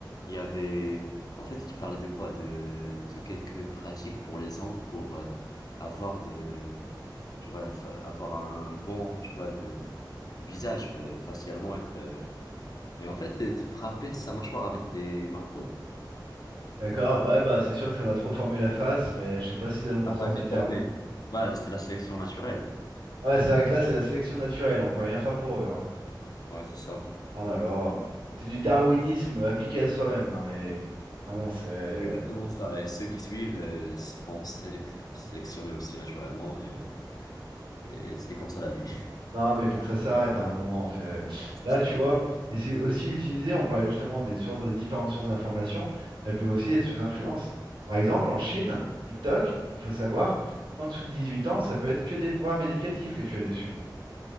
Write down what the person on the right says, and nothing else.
D'accord, ouais, bah c'est sûr que ça va trop former la face, mais je sais pas si c'est dans le bon
sens
du terme.
Ouais, c'est vrai que là, c'est la sélection naturelle, on peut rien faire pour eux, hein.
Ah non alors, c'est du darwinisme appliqué à soi-même, non mais. Ah bon, c'est.
Non, mais il faut que ça s'arrête hein, à un moment, en fait.
Là,
tu vois,
et c'est aussi utilisé, on parlait justement des sources, des différentes sources d'information, mais elles peuvent aussi être sous influence. Par exemple, en Chine, TikTok, il faut savoir qu'en dessous de 18 ans, ça peut être que des programmes éducatifs que tu as dessus,